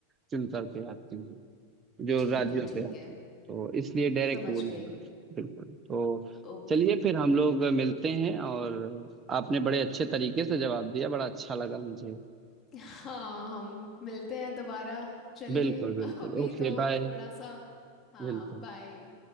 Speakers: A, on the right (about 25°); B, on the left (about 25°).
A: चुन करके आते हैं जो
B: ठीक
A: राज्यों
B: है
A: से
B: ठीक
A: आते
B: है
A: हैं तो इसलिए डायरेक्ट
B: समझ
A: वो नहीं
B: गई
A: आते बिल्कुल तो
B: ओके
A: चलिए फिर हम लोग मिलते हैं और आपने बड़े अच्छे तरीके से जवाब दिया बड़ा अच्छा लगा मुझे
B: हाँ हम मिलते हैं दोबारा चलिए
A: बिल्कुल
B: <laughs>
A: बिल्कुल
B: अभी
A: Okay
B: तो
A: bye
B: थोड़ा सा हाँ
A: बिल्कुल
B: बाय